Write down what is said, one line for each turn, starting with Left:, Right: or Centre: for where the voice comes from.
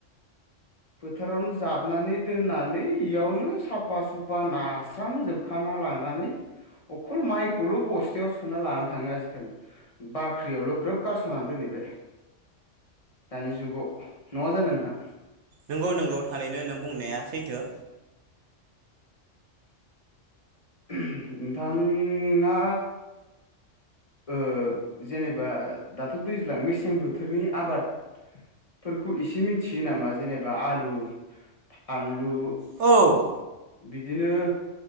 Left: फोथारावनो जाबनानै दोननानै इयावनो साफा सुफा नास्रांजोबखाना लानानै अखल माइखौल' बस्थायाव सोना लाना थाङो आजिखालि बाख्रियावल' ग्रोब गारस'ना दोनै बाय दानि जुगाव नङा जानो नोंथां?
Right: नंगौ नंगौ थारैनो नों बुंनाया सैथो।
Left: नोंथाङा ओ- जेनेबा दाथ' दैज्लां मेसें बोथोरनि आबाद फोरखौ इसे मिथियो नामा जेनेबा आलु फानलु
Right: औ
Left: बिदिनो